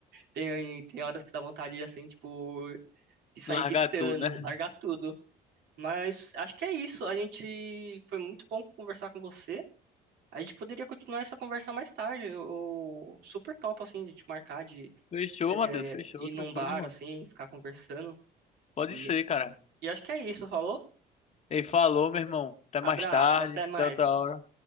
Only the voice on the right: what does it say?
Tem, tem horas que dá vontade de, assim, tipo, de sair
gritando,
largar tudo. Mas acho que é isso. A gente foi muito bom conversar com você. A gente poderia continuar essa conversa mais tarde. Eu super top assim de te marcar de
é,
ir
num bar
assim, ficar conversando.
E,
e acho que é isso, falou?
Abraço,
até mais.